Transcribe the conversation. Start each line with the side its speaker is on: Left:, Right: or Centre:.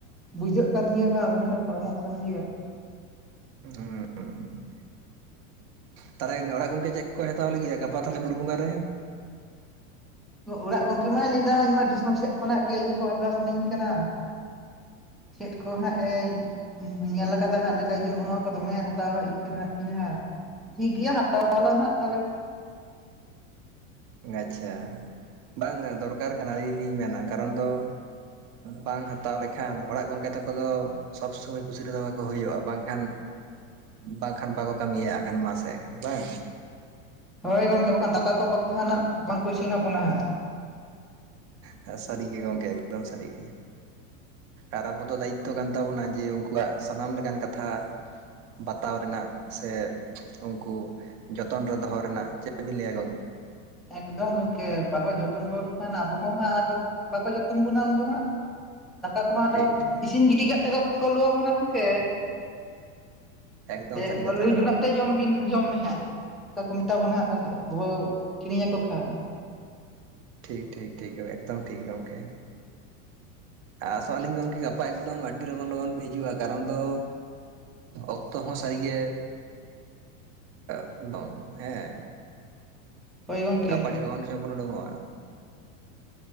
Centre: ᱵᱩᱡᱷᱟᱹᱜ ᱠᱟᱱ ᱜᱮᱭᱟ ᱵᱟᱝ ᱩᱢᱮᱨ ᱦᱚᱸ ᱯᱟᱨᱚᱢᱚᱜ ᱠᱟᱱ ᱜᱮᱭᱟ᱾
Right: <unintelligible> ᱛᱟᱦᱚᱞᱮ ᱚᱲᱟᱜ ᱜᱚᱝᱠᱮ ᱪᱮᱫ ᱠᱚ ᱦᱟᱛᱟᱣ ᱞᱟᱹᱜᱤᱫ ᱜᱟᱯᱟ ᱛᱟᱦᱚᱞᱮ ᱵᱩᱨᱩ ᱵᱚᱸᱜᱟ ᱨᱮ?
Centre: ᱚᱲᱟᱜ ᱜᱚᱢᱠᱮ ᱢᱟᱭ ᱞᱟᱹᱭᱫᱟ ᱤᱧᱢᱟ ᱫᱤᱥᱚᱢ ᱥᱮᱫ ᱠᱷᱚᱱᱟᱜ ᱜᱮ ᱤᱭᱟᱹ ᱠᱚ ᱦᱟᱛᱟᱣ ᱥᱟᱱᱟᱧ ᱠᱟᱱᱟ᱾ ᱪᱮᱫ ᱠᱚ ᱦᱟᱸᱜ ᱮ ᱤᱧ ᱧᱮᱞ ᱟᱠᱟᱫᱟ ᱦᱟᱸᱜ ᱞᱮᱫᱟᱭ ᱡᱮ ᱱᱚᱜ-ᱚ ᱱᱚᱣᱟ ᱠᱚ ᱫᱚᱢᱮ ᱦᱟᱛᱟᱣ ᱨᱮᱱᱟᱜ ᱤᱪᱪᱷᱟᱹ ᱢᱮᱱᱟᱜ ᱛᱤᱧᱟ ᱦᱟᱸᱜ᱾ ᱴᱷᱤᱠ ᱜᱮᱭᱟ ᱦᱟᱛᱟᱣᱟᱞᱟᱝ ᱦᱟᱸᱜ ᱛᱟᱦᱚᱞᱮ᱾
Right: ᱟᱪᱪᱷᱟ ᱵᱟᱝᱼᱟ ᱫᱚᱨᱠᱟᱨ ᱠᱟᱱᱟ ᱟᱹᱞᱤᱧ ᱞᱤᱧ ᱢᱮᱱᱟ ᱠᱟᱨᱚᱱ ᱫᱚ ᱵᱟᱝ ᱦᱟᱛᱟᱣ ᱞᱮᱠᱷᱟᱱ ᱚᱲᱟᱜ ᱜᱚᱝᱠᱮ ᱛᱟᱠᱚ ᱠᱚᱫᱚ ᱥᱚᱵᱽ ᱥᱚᱢᱚᱭ ᱠᱩᱥᱤ ᱨᱮᱫᱚᱚ ᱠᱟᱠᱚ ᱦᱩᱭᱩᱜᱼᱟ ᱵᱟᱝᱠᱷᱟᱱ, ᱵᱟᱝᱠᱷᱟᱱ ᱵᱟᱠᱚ ᱠᱟᱹᱢᱤᱭᱟ ᱮᱱᱠᱷᱟᱱ ᱢᱟᱥᱮ ᱮᱱᱠᱷᱟᱱ ᱵᱟᱝ᱾
Centre: ᱦᱳᱭ ᱜᱚᱢᱠᱮ ᱵᱟᱠᱷᱟᱱ ᱦᱟᱸᱜ ᱫᱟᱠᱟ ᱠᱚ ᱵᱟ ᱠᱷᱟᱱ ᱦᱟᱸᱜ ᱵᱟᱝᱠᱚ ᱤᱥᱤᱱ ᱟᱵᱚᱱᱟ ᱦᱟᱸᱜ᱾
Right: ᱦᱮᱸᱦᱮᱸ ᱥᱟᱹᱨᱤ ᱜᱮ ᱜᱚᱢᱠᱮ ᱮᱫᱚᱢ ᱥᱟᱹᱨᱤ ᱜᱮ᱾ ᱟᱨ ᱟᱵᱚᱫᱚ ᱫᱟᱭᱤᱛᱛᱚ ᱠᱟᱱ ᱛᱟᱵᱚᱱᱟ ᱡᱮ ᱩᱱᱠᱩᱣᱟᱜ ᱥᱟᱱᱟᱢ ᱞᱮᱠᱟᱱ ᱠᱟᱛᱷᱟ, ᱵᱟᱛᱟᱣ ᱨᱮᱱᱟᱜ ᱥᱮ ᱩᱱᱠᱩ ᱡᱚᱛᱚᱱ ᱨᱮ ᱫᱚᱦᱚ ᱨᱮᱱᱟᱜ ᱪᱮᱫᱵᱤᱱ ᱞᱟᱹᱭᱟ ᱜᱚᱢᱠᱮ?
Centre: ᱮᱠᱫᱚᱢ ᱜᱚᱝᱠᱮ ᱵᱟᱵᱚ ᱡᱚᱛᱚᱱ ᱜᱚᱫ ᱞᱮᱠᱷᱟᱱ ᱟᱵᱚᱦ ᱦᱚᱸ ᱦᱟᱸᱜ ᱟᱫᱚ ᱵᱟᱠᱚ ᱡᱚᱛᱚᱱ ᱵᱚᱱᱟ ᱩᱱᱫᱚ ᱦᱟᱸᱜ᱾ ᱫᱟᱠᱟ ᱠᱚᱢᱟ ᱟᱫᱚ
Right: ᱴᱷᱤᱠ ᱴᱷᱤᱠ
Centre: ᱤᱥᱤᱱ ᱜᱤᱰᱤ ᱠᱟᱜ ᱛᱮᱠᱚ ᱵᱟᱠᱚ ᱞᱩᱣᱟᱵᱚᱱᱟ ᱜᱚᱢᱠᱮ᱾
Right: ᱮᱠᱫᱚᱢ
Centre: ᱞᱟᱹᱭᱟ
Right: ᱥᱟᱹᱨᱤ
Centre: ᱠᱚ
Right: ᱠᱟᱛᱷᱟ
Centre: ᱞᱩ
Right: ᱠᱟᱱᱟ
Centre: ᱡᱩᱱᱟᱹᱜ
Right: ᱜᱚᱝᱠᱮ
Centre: ᱛᱮ ᱡᱚᱢ ᱵᱤᱱ ᱡᱚᱢ ᱢᱮ ᱦᱸᱜ᱾ ᱚᱚᱱᱠᱟ ᱠᱚ ᱢᱮᱛᱟ ᱵᱚᱱᱟ ᱦᱟᱸᱜ ᱜᱚᱝᱠᱮ ᱵᱟᱵᱚ ᱠᱤᱨᱤᱧ ᱟᱠᱚ ᱠᱷᱟᱱ᱾
Right: ᱴᱷᱤᱠ ᱴᱷᱤᱠ ᱴᱷᱤᱠ ᱮᱠᱫᱚᱢ ᱴᱷᱤᱠ ᱜᱮᱭᱟ ᱜᱚᱢᱠᱮ᱾ ᱟᱥᱚᱜ ᱟᱹᱞᱤᱧ ᱜᱚᱢᱠᱮ ᱜᱟᱯᱟ ᱮᱠᱫᱚᱢ ᱟᱹᱰᱤ ᱞᱚᱜᱚᱱ ᱞᱚᱜᱚᱱ ᱵᱤᱱ ᱦᱤᱡᱩᱜᱼᱟ ᱠᱟᱨᱚᱱ ᱫᱚ ᱚᱠᱛᱚ ᱦᱚᱸ ᱥᱟᱹᱨᱤᱜᱮ <unintelligible> ᱵᱟᱝ ᱦᱮᱸ,
Centre: ᱦᱳᱭ ᱜᱚᱝᱠᱮ
Right: ᱜᱟᱯᱟ ᱟᱰᱤ ᱞᱚᱜᱚᱱ ᱥᱮ ᱵᱚᱱ ᱚᱰᱳᱝᱟ᱾